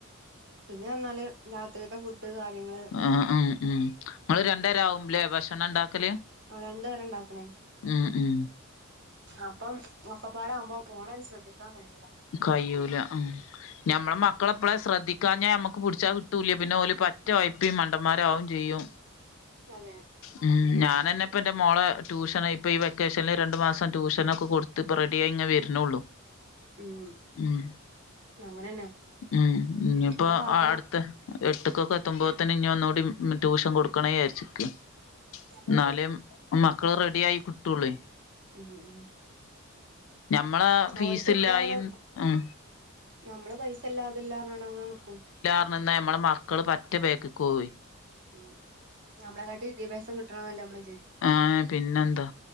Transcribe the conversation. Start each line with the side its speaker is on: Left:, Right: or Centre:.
Right: പിന്നെ റഞ്ഞാല് രാത്രിയത്തെ ഫുഡ് കാര്യങ്ങള്
Left: ആഹ് ഉം ഉം നിങ്ങള് രണ്ടേരം ആവുല്ലെ ഭക്ഷണം ഇണ്ടാക്കല്
Right: ആ രണ്ടേര ഇണ്ടാക്കണെ
Left: ഉം ഉം
Right: അപ്പം ഒക്കപ്പാടാവുമ്പൊ മോളെന്ന് ശ്രദ്ധിക്കാൻ കഴിയൂ
Left: കയ്യൂല ഉം ഞമ്മളെ മക്കളെപ്പ്ള ശ്രദ്ധി കാഞ്ഞാൽ ഞമ്മക്ക് പുടിച്ചാ കിട്ടൂല്ല പിന്നെ ഓല് പറ്റെ ഒഴപ്പി മണ്ടമ്മാരേവും ചെയ്യും
Right: അതെ
Left: ഉം ഞാ ഞാനന്നെ ഇപ്പന്റെ മോളെ ട്യൂഷന് ഇപ്പൊ ഈ വെക്കേഷന്ല് രണ്ട് മാസം ട്യൂഷനൊക്കെ കൊടുത്ത്പ്പ റെഡിയായിങ്ങനെ വര്ണൊള്ളു
Right: ഉം
Left: ഉം
Right: അങ്ങനെന്നെ
Left: ഉം ഉം ഇപ്പോ
Right: ഇഞ്ഞിട്ടാക്കണം
Left: അടുത്ത് എട്ട്കൊക്കെ എത്തുമ്പോത്ത്ന്ന് ഇനി ഒന്നുംകൂടി ട്യൂഷൻ കൊടുക്കണേ ചാരിച്ച്ക്ക
Right: നല്ലതാണ്
Left: ന്നാലെ മക്കള് റെഡി ആയി കിട്ടൊള്ളു
Right: ഉം ഉം
Left: ഞമ്മളാ ഫീസ്സില്ലായിം
Right: ഓൽക്ക് ഇപ്പളാണ്
Left: ഉം
Right: നമ്മള് പൈസല്ലാ ഇത് ല്ലാറ ഞ്ങ്ങാണ്ട് അങ്ങന നിക്കും
Left: നമ്മള മക്കള് പറ്റെ ബാക്ക്കോവെയ്
Right: ഉം നമ്മ്ളെ കാട്ടി വിദ്യഭ്യാസം കിട്ടണംന്നല്ലെ നമ്മള് വിജാ
Left: ആഹ് പിന്നെന്താ